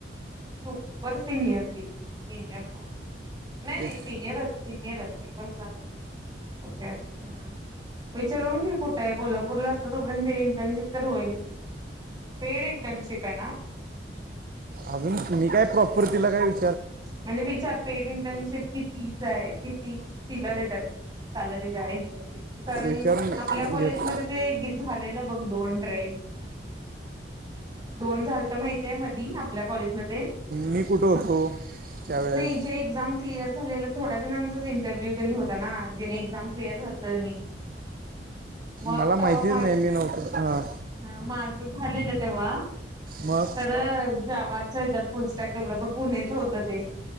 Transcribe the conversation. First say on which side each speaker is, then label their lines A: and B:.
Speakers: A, on the right; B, on the right.
A: सुपर सिनियर ती. सिनियर, नाही नाही
B: एक
A: सिनियरच, सिनियरच एक वर्षाने, ओके.. हा,, विचारून घे कुठेय,, कोल्हापूरला असलं तोपर्यंत इंटर्नशिप तर होईल. पेड इटर्नशिप आहेना.
B: अजून तुम्ही काय प्रॉपर्टीला काय विचऽऽ
A: म्हणजे विचार पेड इंटर्नशिप कितीच आहे,,, किती. किलर येतात, सॅलरी,, जा ईनटन शीप. कारन
B: विचारून घे-
A: आपल्या कॉलेज
B: घेतो
A: मध्ये ते झालेलं. बघा दोन ड्राईव्ह,, दोन झालतं माहितीय मधी आपल्या कॉलेजमध्ये..
B: मी कुठं होतो. त्यावेळेस
A: नाही, जे एक्झाम क्लियर झालंय ऽऽ थोड्या जणांचाच इंटरव्ह्यू होता ना, जेने एक्झाम क्लिअर झालतं तनी. मग
B: मला
A: कवा
B: माहितीच
A: माझं.
B: नाही मी नव्हतो हां
A: हा माझं झालेलं तेव्हा,,
B: मग
A: तर जवाच हच्यात पचऽऽ डेव्हलपर पुण्याच होत ते,,